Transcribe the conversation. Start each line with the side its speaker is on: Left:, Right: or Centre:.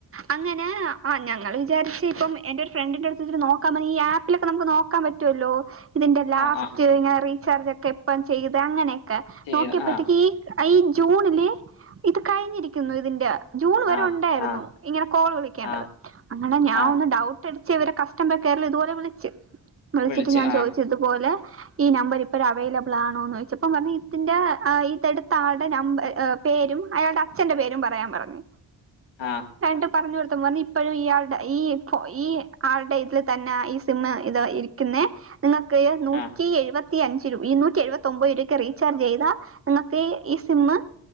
Right: അങ്ങനെ ആഹ് ഞങ്ങള് വി വിചാരിച്ച ഇപ്പം എന്റൊരു ഫ്രണ്ടിന്റെ അടുത്തുവച്ചിട്ട് നോക്കാൻ പ ഈ ആപ്പിലൊക്കെ നമുക്ക് നോക്കൻ പറ്റുമല്ലോ? ഇതിന്റെ ലാസ്റ്റ്
Left: ആഹ് ആഹ്
Right: ഇങ്ങ റീചാർജ് ഒക്കെ എപ്പം ചെയ്ത് അങ്ങനെ ക്കെ
Left: ചെയ്ത്
Right: നോക്കിയപ്പോത്തേക്ക്
Left: ആഹ്
Right: ഈ ഈ ജൂണില് ഇത് കഴിഞ്ഞിരിക്കുന്നു ഇതിന്റെ ജൂൺ വരെ
Left: ആഹ്
Right: ഉണ്ടായിരുന്നു
Left: ആഹ്
Right: ഇങ്ങനെ കോൾ വിളിക്കേണ്ടത്
Left: ആഹ്
Right: അങ്ങനെ ഞാൻ
Left: ആഹ്
Right: ഒന്ന് ഡൗ ട്ടടിച്ച് ഇവരെ കസ്റ്റമർ കെയറിൽ ഇതുപോലെ വിളിച്ച് വിളിച്ചിട്ട്
Left: വിളിച്ചു
Right: ഞാൻ
Left: ആഹ്
Right: ചോദിച്ച് ഇതുപോലെ ഈ നമ്പർ ഇപ്പഴ് അവൈലബിൾ ആണോന്ന് ചോയച്ചപ്പോ പറഞ്ഞ് ഇതിന്റെ അ ഇതെടുത്ത ആളുടെ നമ്പർ ഏഹ് പേരും അയാളുടെ അച്ഛന്റെ പേരും പറയാൻ പറഞ്ഞ്.
Left: ആഹ്
Right: പറഞ്ഞ് കൊടുത്തപ്പ പറഞ്ഞ ഇപ്പോഴും ഇയാള്ടെ ഈ ഈ ആളുടെ ഇതിൽ തന്നെ ഈ സിമ്മ് ഇത് ഇരി ക്കിന്നെ, നിങ്ങൾക്ക് നൂറ്റി
Left: ആഹ്
Right: എഴുപ ത്തിയഞ്ച് രു ഇരുന്നൂറ്റി എഴുപത്തൊമ്പത് രൂപയ്ക്ക് റീചാർജ് ചെയ്താ നിങ്ങൾക്ക് ഈ സിമ്മ്